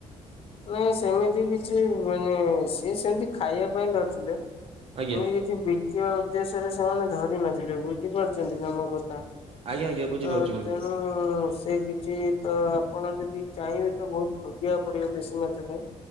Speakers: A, on the left; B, on the right.
A: ନାଇଁ ସେମିତି କିଛି ମାନେ ସିଏ ସେମତି ଖାଇଆ ପାଇଁ ଧରିଥିଲେ। ଏମିତି
B: ଆଜ୍ଞା
A: କିଛି ବିକିବା ଉଦ୍ଦେଶ୍ୟରେ ସେମାନେ ଧରି ନଥିଲେ ବୁଝିପାରୁଛନ୍ତି ନା ମୋ କଥା।
B: ଆଜ୍ଞା ଆଜ୍ଞା ବୁଝିପାରୁଛି
A: ତ
B: ବନ୍ଧୁ
A: ତେଣୁ ଉଁ ସେ କିଛି ତ ଆପଣ ଯଦି ଚାହିଁବେ ତ ବୋହୁତ ଖୋଜିଆକୁ ପଡିବ ଦେଶୀ ମାଛ ପାଇଁ।